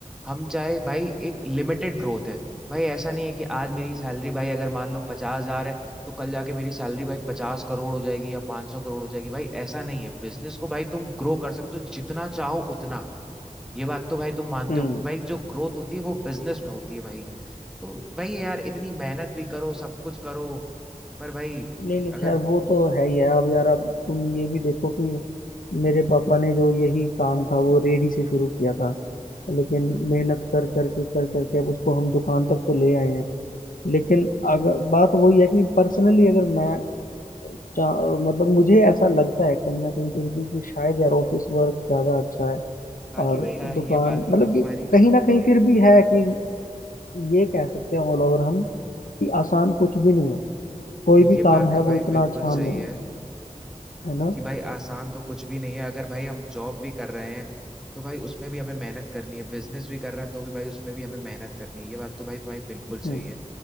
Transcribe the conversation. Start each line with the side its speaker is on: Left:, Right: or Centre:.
Centre: हम चाहे भाई एक लिमिटेड ग्रोथ है भाई ऐसा नहीं है कि आज मेरी सैलरी भाई अगर मान लो पचास हजार है तो कल जाके मेरी सैलरी भाई पचास करोड़ हो जाएगी या पांच सौ करोड़ हो जाएगी भाई ऐसा नहीं है बिजनेस को भाई तुम ग्रो कर सकते हो जितना चाहो उतना ये बात तो भाई तुम मानते
Left: हम्म
Centre: हो कि भाई जो ग्रोथ होती है वो बिजनेस में होती है भाई तो भाई यार इतनी मेहनत भी करो सब कुछ करो पर भाई
Left: नहीं नहीं
Centre: अगर
Left: खैर वो तो है ही है अब यार अब तुम ये भी देखो कि मेरे पापा ने जो यही काम था वो रेडी से शुरू किया था लेकिन मेहनत कर कर के कर कर के अब उसको हम दुकान तक तो ले आए हैं लेकिन अगर बात वही है कि पर्सनली अगर मैं चा- मतलब मुझे ऐसा लगता है कहीं ना कहीं फिर भी कि शायद यार ऑफिस वर्क ज़्यादा अच्छा है
Centre: बाकी
Left: और
Centre: भाई हाँ
Left: दुकान
Centre: ये बात तो
Left: मतलब
Centre: मैं तुम्हारी
Left: कि कहीं ना कहीं फिर भी है कि ये कह सकते हैं ऑल ओवर हम कि आसान कुछ भी नहीं है कोई
Centre: नहीं ये
Left: भी काम
Centre: बात
Left: है
Centre: तो भाई
Left: वो इतना
Centre: बिल्कुल
Left: आसान
Centre: सही
Left: नहीं
Centre: है
Left: है है ना
Centre: कि भाई आसान तो कुछ भी नहीं है अगर भाई हम जॉब भी कर रहे हैं तो भाई उसमें भी हमें मेहनत करनी है बिजनेस भी कर रहे हैं तो भी भाई उसमें भी हमें मेहनत करनी है ये बात तो भाई तुम्हारी बिल्कुल
Left: हम्म
Centre: सही है